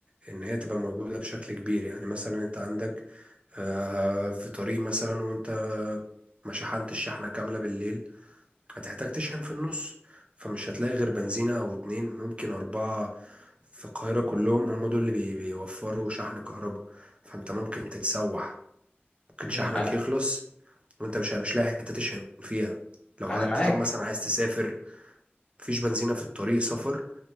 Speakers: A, on the right; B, on the left.
A: ان هي تبقى موجودة بشكل كبير يعني مثلا انت عندك آه، في طريق مثلا وانت ما شحنتش شحنة كاملة بالليل هتحتاج تشحن في النص فمش هتلاقي غير بنزينة أو اتنين ممكن أربعة في القاهرة كلهم هم دول اللي بي- بيوفروا شحن كهرباء فأنت ممكن تتسوح ممكن شحنك
B: امم، انا
A: يخلص وأنت مش مش لاقي حتة تشحن فيها لو
B: أنا
A: حتى
B: معاك
A: طب مثلا عايز تسافر مفيش بنزينة في الطريق سفر